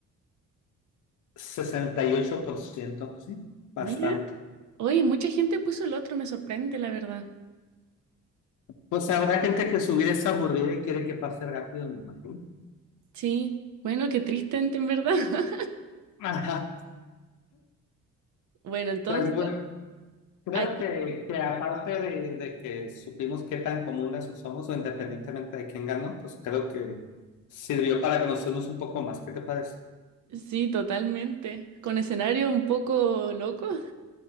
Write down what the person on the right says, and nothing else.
Mira, oye, mucha gente puso el otro, me sorprende, la verdad.
Sí, bueno, qué triste en en verdad. <laughs>
Bueno, entonces,
aquí
sí, totalmente. Con escenarios un poco locos.